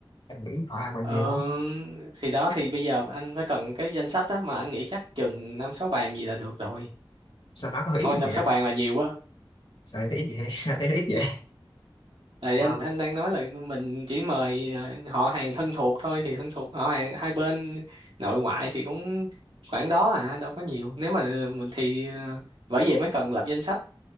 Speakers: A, on the left; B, on the right.
A: em nghĩ họ hàng mình
B: Ờ,
A: nhiều không
B: thì đó thì bây giờ anh phải cần cái danh sách á mà anh nghĩ chắc chừng năm sáu bàn gì là được rồi
A: sao nó có ít
B: thôi
A: không
B: năm
A: vậy
B: sáu
A: á
B: bàn là nhiều quá.
A: sao thấy ít vậy <laughs> sao thấy nó ít vậy
B: tại
A: Ờ.
B: anh anh đang nói là mình chỉ mời ờ, họ hàng thân thuộc thôi thì thân thuộc họ hàng hai bên nội ngoại thì cũng khoảng đó à đâu có nhiều nếu mà mình thì ờ, bởi vậy mới cần lập danh sách